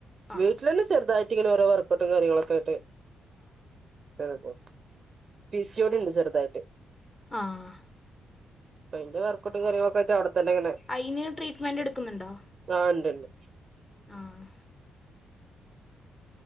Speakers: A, on the left (about 25°); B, on the right (about 45°).
A: ആ
B: വീട്ടിൽന്നും ചെറുതായിട്ട് ഇങ്ങനെ ഓരോ വർക്കോട്ടും കാര്യങ്ങളൊക്കെ ആയിട്ട് ആഹ് ആഹ് പി സി ഓ ഡി ഇണ്ട് ചെറുതായിട്ട്
A: ആഹ്
B: ഇന്റെ വർക്കട്ട് കയൊക്കെറ്റ അവിടെത്തന്നെങ്ങനെ
A: അതിന് ട്രീറ്റ്മെൻറ് എടുക്കുന്നുണ്ടോ
B: ആഹ് ഉണ്ട്ണ്ട്
A: ആഹ്